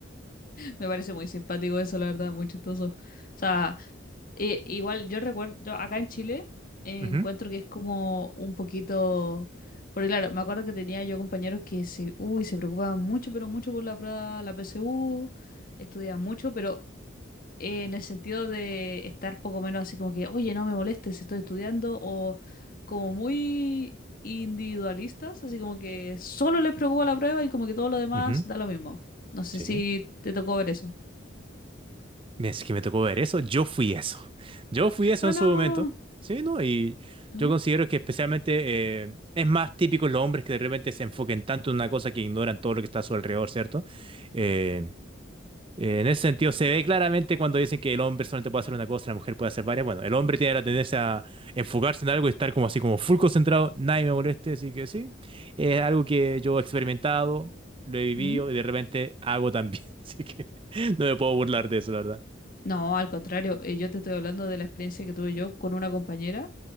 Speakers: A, on the left; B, on the right.
A: Me parece muy simpático eso, la verdad, muy chistoso. O sea, eh, igual yo recuerdo, yo acá en Chile eh,
B: Ujú,
A: encuentro que es como un poquito, porque claro, me acuerdo que tenía yo compañeros que se, uy, se preocupaban mucho, pero mucho por la, pra- la PSU, estudiaban mucho, pero eh, en el sentido de estar poco menos así como que, oye, no me molestes, estoy estudiando, o como muy individualistas, así como que solo les preocupa la prueba y como que todo lo demás
B: ujú,
A: da lo mismo. No sé
B: Sí.
A: si te tocó ver eso.
B: Es que me tocó ver eso. Yo fui eso. Yo fui eso
A: Oh,
B: en
A: no.
B: su momento. Sí, ¿no? Y
A: ¿Mm?
B: yo considero que especialmente eh, es más típico en los hombres que de repente se enfoquen tanto en una cosa que ignoran todo lo que está a su alrededor, ¿cierto? Eh, eh, en ese sentido, se ve claramente cuando dicen que el hombre solamente puede hacer una cosa, la mujer puede hacer varias. Bueno, el hombre tiene la tendencia a enfocarse en algo y estar como así, como full concentrado, nadie me moleste, así que sí. Es algo que yo he experimentado, lo he vivido
A: ¿Mm?
B: y de repente hago también. <laughs> Así que no me puedo burlar de eso, la verdad.
A: No, al contrario, eh, yo te estoy hablando de la experiencia que tuve yo con una compañera,